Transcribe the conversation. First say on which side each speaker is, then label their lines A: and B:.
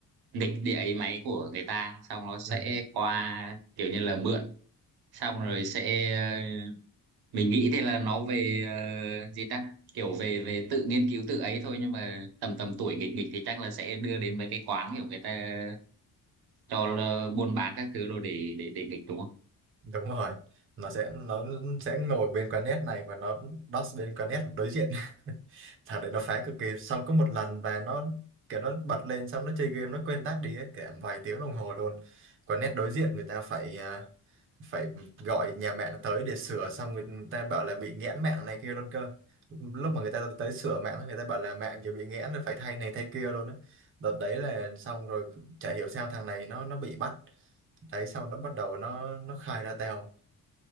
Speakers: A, on the right; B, on the right.
A: nghịch địa ấy máy của người ta xong nó
B: ừ,
A: sẽ qua kiểu như là mượn xong rồi sẽ ờ, mình nghĩ thì là nó về ờ, gì ta kiểu về về tự nghiên cứu tự ấy thôi nhưng mà tầm tầm tuổi nghịch nghịch thì chắc là sẽ đưa đến mấy cái quán kiểu người ta cho là buôn bán các thứ rồi để để để nghịch đúng không?
B: đúng rồi nó sẽ nó sẽ ngồi bên quán net này và nó đốt bên quán net đối diện <laughs> thằng đấy nó phá cực kỳ xong có một lần và nó kiểu nó bật lên xong nó chơi game nó quên tắt đi ấy, cả vài tiếng đồng hồ luôn còn net đối diện người ta phải à, phải gọi nhà mạng tới để sửa xong người ta bảo là bị nghẽn mạng này kia luôn cơ lúc mà người ta tới sửa mạng người ta bảo là mạng kia bị nghẽn rồi phải thay này thay kia luôn á đợt đấy là xong rồi chả hiểu sao thằng này nó nó bị bắt đấy xong nó bắt đầu nó nó khai ra tao